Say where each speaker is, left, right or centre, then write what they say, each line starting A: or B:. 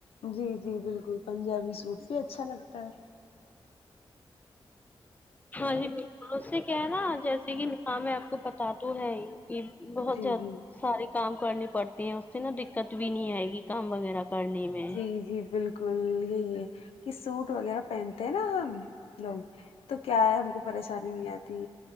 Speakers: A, on the left; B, on the left.
A: جی جی بالکل پنجابی سوٹ بھی اچھا لگتا ہے
B: ہاں جی بالکل اس سے کیا ہے نا جیسے کہ نکاح میں آپ کو پتہ تو ہے ہی کہ بہت
A: جی
B: زدہ
A: جی
B: سارے کام کرنے پڑتے ہیں اس سے نا دقت بھی نہیں آئے گی کام وغیرہ کرنے میں
A: جی جی بالکل یہی ہے کہ سوٹ وغیرہ پہنتے ہیں نا ہم لوگ تو کیا ہے ہم کو پریشانی نہیں آتی